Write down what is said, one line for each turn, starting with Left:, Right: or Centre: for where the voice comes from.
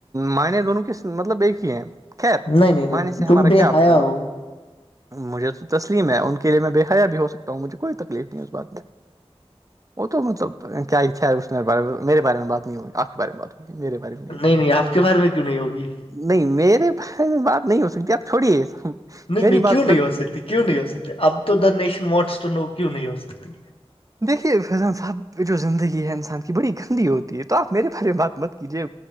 Right: معنی دونوں کے مطلب ایک ہی ہے خیر
Left: نہیں نہیں نہیں
Right: معنی سے ہمارا
Left: تم بے
Right: کیا مطلب
Left: حیا ہو
Right: مجھے تو تسلیم ہے ان کے لیے میں بے حیا بھی ہو سکتا ہوں مجھے کوئی تکلیف نہیں اس بات میں وہ تو مطلب کیا ہی اسے بار میں میرے بارے میں بات نہیں ہوئی آپ کے بارے میں بات ہو میرے بارے میں
Left: نہیں نہیں آپ کے بارے میں کیوں نہیں ہوگی
Right: نہیں میرے بارے میں بات نہیں ہو سکتی آپ چھوڑیے
Left: نہیں
Right: میری
Left: نہیں
Right: بات
Left: کیوں نہیں ہو سکتی کیوں نہیں ہو سکتی اب تو the nation wants to know کیوں نہیں ہو سکتی
Right: دیکھیے فیضان صاحب جو زندگی ہے انسان کی بڑی گندی ہوتی ہے تو آپ میرے بارے میں بات مت کیجیے